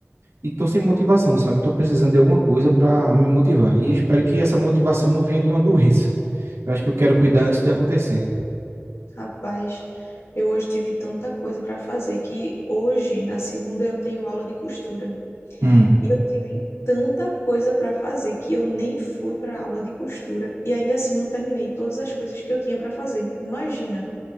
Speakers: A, on the right; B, on the left.
A: e tô sem motivação, sabe? Tô precisando de alguma coisa pra me motivar. E espero que essa motivação não venha de uma doença. Eu acho que eu quero cuidar antes de acontecer.
B: Rapaz, eu hoje tive tanta coisa para fazer que hoje, na segunda, eu tenho aula de costura.
A: Hum.
B: E eu tive tanta coisa para fazer que eu nem fui para a aula de costura e ainda assim não terminei todas as coisas que eu tinha para fazer. Imagina!